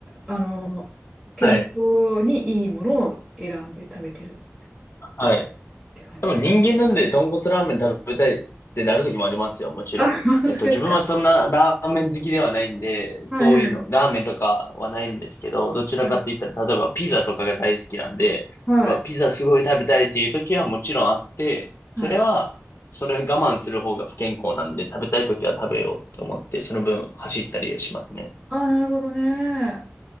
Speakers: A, in the centre; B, on the left.
A: あの、健康にいいものを選んで食べてるっ
B: はい。はい。
A: て感じです。
B: 多分人間なんで豚骨ラーメン食べたいってなる時もありますよ、もちろん。
A: あ、本当ですか。
B: えっと、自分はそんなラーメン好きではないんで、
A: はいはい。
B: そういうの、ラーメンとかはないんですけど、どちらかって言ったら、
A: はい。
B: 例えばピザとかが大好きなんで、
A: はい。
B: うわ、ピザすごい食べたいっていう時はもちろんあって、
A: はい。
B: それは、それ我慢する方が不健康なんで、食べたい時は食べようって思って、その分走ったりしますね。
A: ああ、なるほどね。